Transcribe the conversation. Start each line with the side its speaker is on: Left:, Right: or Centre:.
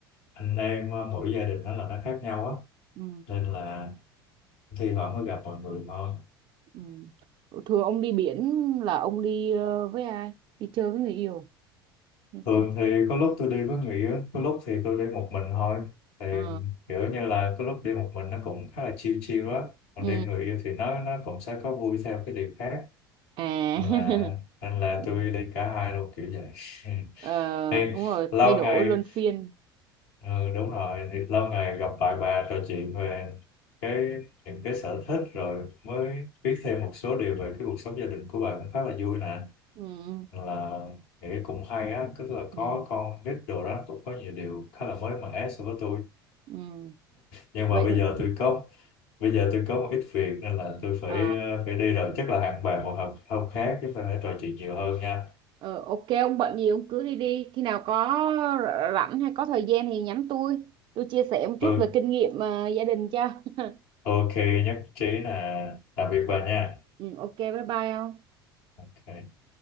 Left: anh em mỗi gia đình nó là nó khác nhau á
Right: Ừ.
Left: nên là thi thoảng mới gặp mọi người thôi
Right: Ừ. Thường ông đi biển là ông đi ờ, với ai? Đi chơi với người yêu hay
Left: Thường
Right: sao?
Left: thì có lúc tôi đi với người yêu, có lúc thì tôi đi một mình thôi. Thì
Right: Ờ.
Left: kiểu như là có lúc đi một mình nó cũng khá là chill chill á. Còn
Right: Ừ.
Left: đi người yêu thì nó nó cũng sẽ có vui theo cái điều khác.
Right: À.
Left: Là
Right: <laughs>
Left: nên là
Right: ừ.
Left: tôi đi cả hai luôn kiểu vậy.
Right: Ờ,
Left: <laughs> Thì
Right: đúng rồi,
Left: lâu
Right: thay đổi
Left: ngày,
Right: luân phiên
Left: ừ, đúng rồi, thì lâu ngày gặp lại bà trò chuyện về cái những cái sở thích rồi mới biết thêm một số điều về cái cuộc sống gia đình của bà cũng khá là vui nè
Right: ừ,
Left: là nghĩ cũng hay á tức là
Right: ừ,
Left: có con nít đồ đó cũng có nhiều điều khá là mới mẻ so với tôi
Right: ừ.
Left: nhưng
Right: vậy
Left: mà bây giờ tôi có bây giờ tôi có một ít việc nên là tôi phải
Right: ờ,
Left: ờ, phải đi rồi chắc là hẹn bạn một hôm, hôm khác chúng ta hãy trò chuyện nhiều hơn nha
Right: ờ, ok ông bận gì ông cứ đi đi khi nào có r- rảnh hay có thời gian thì nhắn tôi tôi chia sẻ một chút
Left: ừ,
Right: về kinh nghiệm ờ, gia đình cho <laughs>
Left: ok nhất trí là tạm biệt
Right: ừ,
Left: bà nha
Right: ừ, ok bye bye ông
Left: Ok.